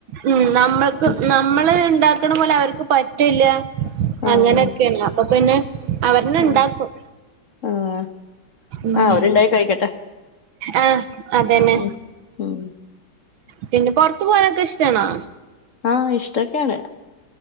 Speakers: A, on the right (about 80°); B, on the left (about 45°).
A: ഉം നമ്മൾക്ക്
B: ഉം
A: നമ്മള് ഉണ്ടാക്കണ പോലെ അവർക്ക് പറ്റില്ല
B: ആഹ്
A: അങ്ങനെയൊക്കെയാണ് അപ്പൊ പിന്നെ അവർന
B: ആഹ്
A: ഇണ്ടാക്കും
B: ആഹ്
A: ഉം
B: ആഹ് അവരുണ്ടായി കഴിക്കട്ടെ
A: ആഹ് അതന്നെ
B: ഉം ഉം
A: പിന്നെ പുറത്തു പോകാനൊക്കെ ഇഷ്ടണോ
B: ആഹ് ഇഷ്ടൊക്കെയാണ്